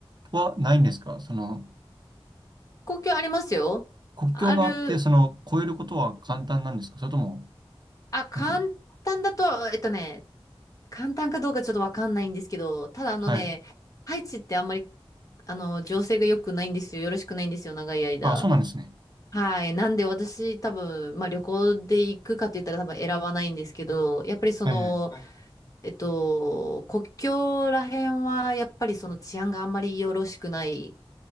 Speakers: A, on the right; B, on the left.
A: はないんですかその、
B: 公共ありますよ。
A: 国境があって、
B: ある、
A: その、越えることは簡単なんですかそれとも、
B: あ、簡単だと、
A: なんか、
B: えっとね、簡単かどうかちょっとわかんないんですけど、ただあのね、
A: はい。
B: ハイチってあんまり、あの、情勢が良くないんですよ。よろしくないんですよ、長い間。
A: あ、そうなんですね。
B: はい。なんで私多分、まあ旅行で行くかって言ったら多分選ばないんですけど、やっぱりその、
A: はいはい。
B: はいえっと、国境ら辺はやっぱりその治安があんまりよろしくない